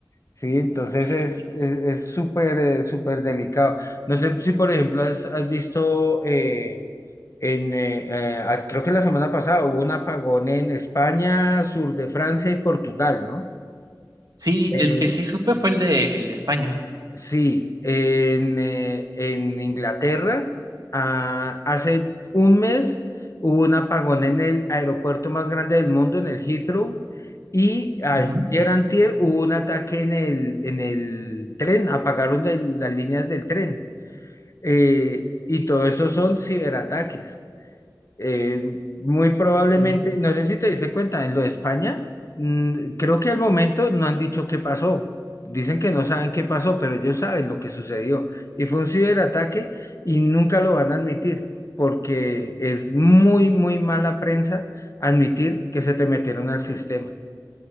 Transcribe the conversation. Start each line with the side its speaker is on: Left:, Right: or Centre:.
Left: Sí, entonces
Right: Oh, cielo.
Left: es, es, es súper, eh, súper delicado. No sé si, por ejemplo, has, has visto, eh, en, eh, eh, ah, creo que la semana pasada hubo un apagón en España, sur de Francia y Portugal, ¿no?
Right: Sí,
Left: Eh,
Right: el que sí supe fue el de, el de España.
Left: Sí, en, eh, en Inglaterra, ah, hace un mes hubo un apagón en el aeropuerto más grande del mundo, en el Heathrow, y ayer
Right: Ujú.
Left: antier hubo un ataque en el, en el tren, apagaron el- las líneas del tren. Eh, y todo eso son ciberataques. Eh, muy probablemente,
Right: Ule.
Left: no sé si te diste cuenta, en lo de España, mm, creo que al momento no han dicho qué pasó. Dicen que no saben qué pasó, pero ellos saben lo que sucedió. Y fue un ciberataque y nunca lo van a admitir, porque es muy, muy mala prensa admitir que se te metieron al sistema.